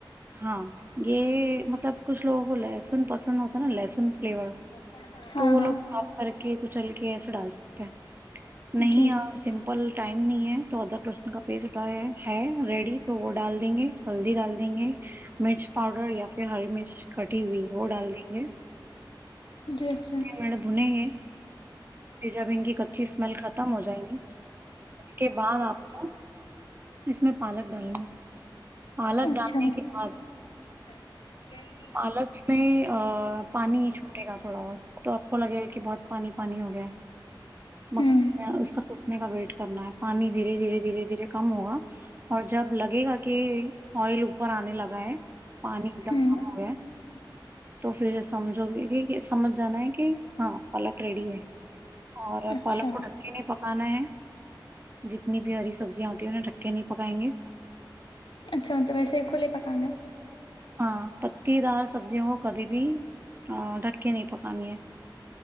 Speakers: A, on the right; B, on the left.
A: ہاں یہ مطلب کچھ لوگوں کو لہسن پسند آتا نا لہسن فلیور
B: ہیں ہاں
A: تو وہ لوگ
B: ہاں
A: چوپ کر کے کچل کے ایسا ڈال سکتے ہے نہیں
B: جی
A: آ سمپل ٹائم نہیں ہے تو ادراک لہسن کا پیسٹ اٹھایا ہے ریڈی تو وہ ڈال دیں گے ہلدی ڈال دیں گے مرچ پاؤڈر یا پھر ہری مرچ کٹی ہوئی وہ ڈال دیں گے
B: جی اچھا
A: پر بھونئینگے پھر جب ان کی کچی سمیل ختم ہو جائیں گی کے بعد آپ کو اس میں پالک ڈالنی ہے پالک
B: اچھا
A: ڈالنے کے بعد
B: <unintelligible>
A: پالک میں ا پانی چھوٹے گا تھوڑا اور تو آپ کو لگے گا کہ بہت پانی پانی ہو گیا
B: ہوں
A: م اس کا سوکھنے کا ویٹ کرنا ہے پانی دھیرے دھیرے دھیرے دھیرے کم ہوگا اور جب لگے گا کہ آئل اوپر آنے لگا ہے پانی ایک دم
B: ہوں
A: ہوگے تو پھر سمجھو گے کہ سمجھ جانا ہے کہ ہاں پالک ریڈی ہے اور
B: اچھا
A: پالک کو ڈھک کے نہیں پکانا ہے جتنی بھی ہری سبزیاں ہوتی ہیں انیں ڈھک کے نہیں پکائیں گے
B: اچھا مطلب ایسے کھلے پکانا ہے
A: ہاں پتی دار سبزیوں کو کبھی بھی ہاں ڈھک کے نہیں پکانی ہے